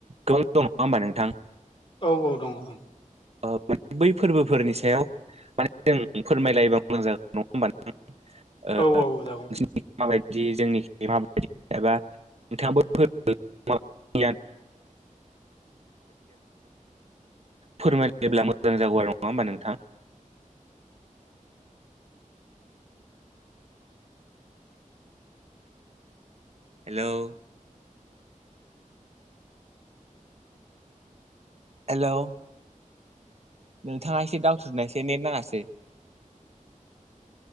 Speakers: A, on the right; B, on the left.
A: गोबां दं नङा होमबा नोंथां।
B: औ औ दंङ ओं।
A: ओ माने बै फोरबोफोरनि सायाव माने जों फोरमायलायोबा मोजां जागोन। नङा होमबा नोंथां
B: औ औ जागौ
A: ओ <unintelligible> मालाय बिदि जोंनिखि माबायदि एबा नोंथाङाबो फोर <unintelligible> फोरमायलाय। जेब्ला मोजां जागौ आरो नङा होमबा नोंथां। हेलौ। हेलौ। नोंथाङा एसे दावथ्रुदनायसाय नेट नाङासै।